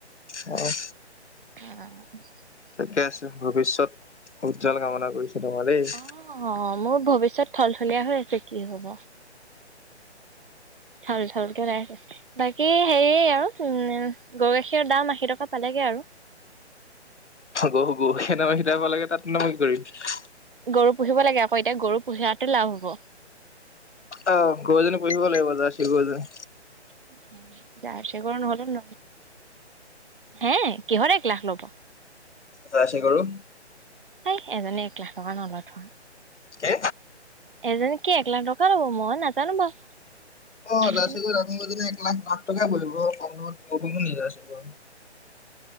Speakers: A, on the left (about 75°); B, on the right (about 50°).
A: অ'।
B: অ'।
A: ঠিকে আছে ভৱিষ্যত উজ্জ্বল কামনা কৰিছো তোমাৰ দেই।
B: অ মোৰ ভৱিষ্যত থলথলীয়া হৈ আছে কি হ'ব। থল থলকে লাই, বাকী হেৰি আৰু উম' গৰু গাখীৰৰ দাম আশী টকা পালেগে আৰু।
A: গৰু গৰু <unintelligible> লাগে তাত <unintelligible>
B: গৰু পুহিব লাগে আকৌ এতিয়া গৰু পুহাটো লাভ হ'ব।
A: অ' গৰুজনী পুঢ়হিব লাগিব। যাৰছি গৰু এজনী <unintelligible>
B: <inaudible> <unintelligible> হে, কিহৰ এক লাখ ল'ব।
A: যাৰছি গৰু
B: সেই এজনে এক লাখ টকা ন'লৈতো।
A: কে।
B: এজনী কি এক লাখ টকাৰ ল'ব মই নাজানো বাৰু।
A: অ যাৰ্চি
B: কিন্তু
A: গৰু <unintelligible> লাখ লাখ টকাই পৰিব কম দামত যাচিৰ গৰু পাবি।